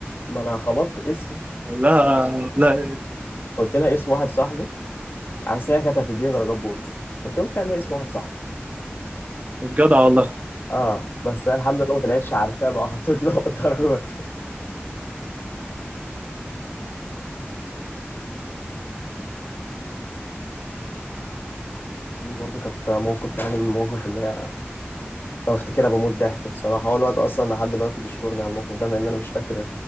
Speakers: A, on the left; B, on the right.
A: ما انا خبطت اسم
B: ولا لا
A: قلت لها اسم واحد صاحبي عشان هي كانت هتديني درجات بونص قلت لهم قايل لها اسم واحد صاحبي
B: بجدع والله
A: اه بس أنا الحمد لله ما طلعتش عارفاه بقى وحطيت له <laughs> درجات دي برضو كانت موقف يعني من المواقف اللي هي بفتكرها بموت ضحك بصراحة هو الواد أصلا لحد دلوقتي بيشكرني على الموقف ده مع إن أنا مش فاكر